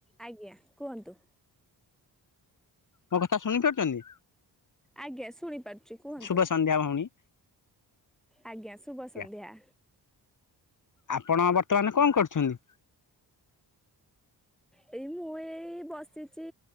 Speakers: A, in the centre; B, on the left.
A: ଆଜ୍ଞା କୁହନ୍ତୁ।
B: ମୋ କଥା ଶୁଣି ପାରୁଛନ୍ତି
A: ଆଜ୍ଞା ଶୁଣିପାରୁଛି କୁହନ୍ତୁ
B: ଶୁଭ ସନ୍ଧ୍ୟା ଭଉଣୀ।
A: ଆଜ୍ଞା ଶୁଭ ସନ୍ଧ୍ୟା।
B: ଆଜ୍ଞା ଆପଣ ବର୍ତ୍ତମାନ କଣ କରୁଛନ୍ତି?
A: ହଁ ଏଇ ମୁଁ ଏଇ ବସିଛି